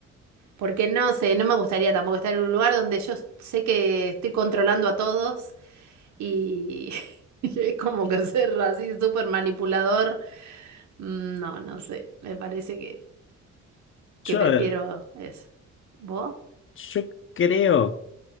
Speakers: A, on the right (about 70°); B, on the left (about 45°).
A: Porque no sé, no me gustaría tampoco estar en un lugar donde yo sé que estoy controlando a todos y, <laughs> y es como que ser así súper manipulador. Mm, No, no sé, me parece que...
B: Yo,
A: que prefiero
B: a ver,
A: es. ¿Vos?
B: Yo creo,